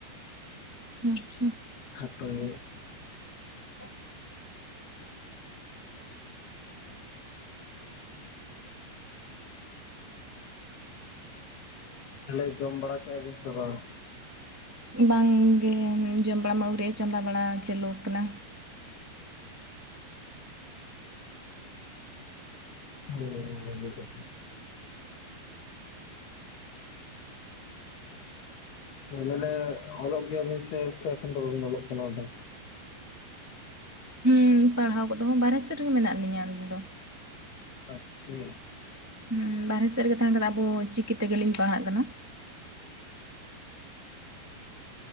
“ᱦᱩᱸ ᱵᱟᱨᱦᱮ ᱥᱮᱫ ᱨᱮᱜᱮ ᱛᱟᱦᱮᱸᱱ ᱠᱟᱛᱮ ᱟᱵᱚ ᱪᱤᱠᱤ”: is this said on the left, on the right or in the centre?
Centre